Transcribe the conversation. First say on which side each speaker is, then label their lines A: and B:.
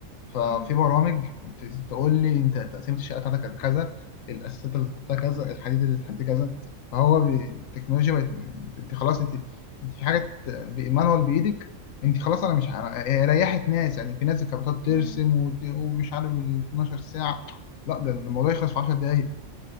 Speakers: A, on the left; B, on the left.
A: ففي
B: امم
A: برامج ت- تقول لي انت تقسيمه الشقه بتاعتك كذا الاساسات اللي هتحطها
B: صح
A: كذا الحديد اللي هتحط كذا فهو ب- التكنولوجيا بقت انت خلاص انت انت في حاجه مانوال بايدك انت خلاص انا مش ع- هي ريحت ناس يعني في ناس كانت بتقعد ترسم
B: امم
A: وت- ومش عارف ال 12 ساعه لا ده ده الموضوع يخلص في 10 دقائق